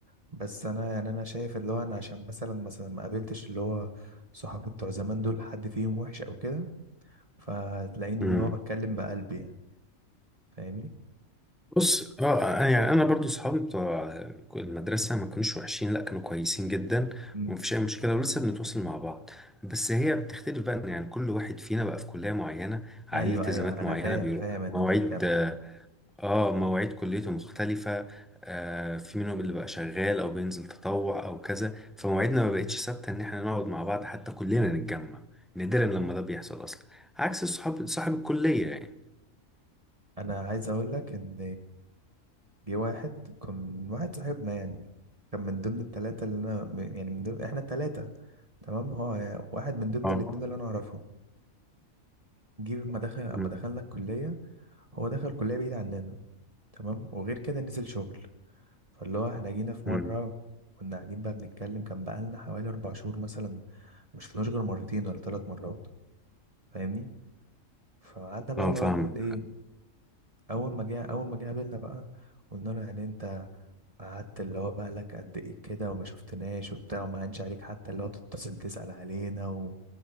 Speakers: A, on the right; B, in the centre.
A: بس انا يعني انا شايف اللي هو انا عشان مثلا مثلا ما قابلتش اللي هو صحابي بتوع زمان دول حد فيهم وحش او كده فتلاقيني
B: مم.
A: اللي هو بتكلم بقلبي يعني فاهمني
B: بص اه أنا- يعني انا برضو صحابي بتوع المدرسه ما كانوش وحشين لا كانوا كويسين جدا
A: امم
B: ومفيش اي مشكله ولسه بنتواصل مع بعض بس هي بتختلف بقى إن يعني كل واحد فينا بقى في كليه معينه عليه
A: ايوه
B: التزامات
A: ايوه انا
B: معينه
A: فاهم
B: بيروح
A: فاهم النقطه
B: مواعيد
A: دي كمان
B: آه، اه مواعيد كليته مختلفة آه في منهم اللي بقى شغال او بينزل تطوع او كذا فمواعيدنا ما بقتش ثابتة ان احنا نقعد مع بعض حتى كلنا نتجمع نادرا لما ده بيحصل اصلا عكس الصحاب صاحب الكلية يعني
A: انا عايز اقول لك ان جه واحد كان واحد صاحبنا يعني كان من ضمن الثلاثه اللي انا يعني من ضمن احنا الثلاثه تمام هو واحد من ضمن
B: اه
A: الاثنين اللي انا اعرفهم جه اما دخل اما
B: مم.
A: دخلنا الكليه هو دخل كليه بعيد عننا تمام وغير كده نزل شغل فاللي هو احنا جينا في
B: مم.
A: مرة كنا قاعدين بقى بنتكلم كان بقالنا حوالي أربع شهور مثلا مشفناش غير مرتين ولا ثلاث مرات فاهمني فقعدنا بقى
B: اه
A: اللي
B: فاهمك
A: هو نقول ايه أول ما جه أول ما جه قابلنا بقى قلنا له يعني انت قعدت اللي هو بقى لك قد ايه كده وما شفتناش وبتاع وما هنش عليك حتى اللي هو تتصل تسأل علينا و...